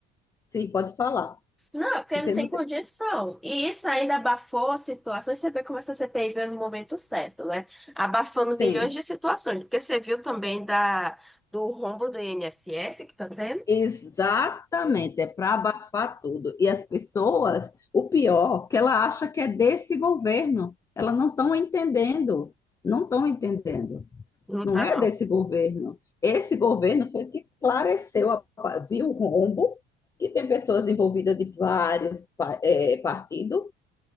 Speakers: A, on the left (about 15°); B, in the centre.
A: sim, pode falar.
B: Não, porque
A: Porque
B: não tem
A: não
B: condição.
A: tem.
B: E isso ainda abafou a situação. e Você vê como essa CPI veio no momento certo, né? Abafando
A: Sim.
B: milhões de situações. Porque você viu também da, do rombo do INSS que tá tendo?
A: Exatamente, é para abafar tudo. E as pessoas, o pior, que ela acha que é desse governo. Elas não estão entendendo, não estão entendendo.
B: Não
A: não
B: tá,
A: é
B: não.
A: desse governo. Esse governo foi que esclareceu, a- viu o rombo, que tem pessoas envolvidas de vários pa- eh, partidos,